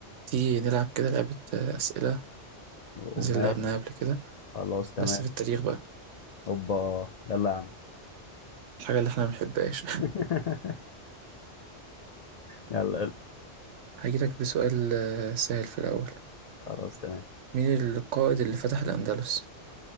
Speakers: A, on the right; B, on the left.
A: تيجي نلعب كده لعبة آه، أسئلة
B: ومال
A: زي اللي لعبناها قبل كده
B: خلاص تمام
A: بس في التاريخ بقى
B: اوبا يلا يا عم
A: الحاجة اللي احنا ما بنحبهاش
B: <laughs> يلا يلا
A: <laughs> هجيلك بسؤال آه، سهل في الأول
B: خلاص تمام
A: مين القائد اللي فتح الأندلس؟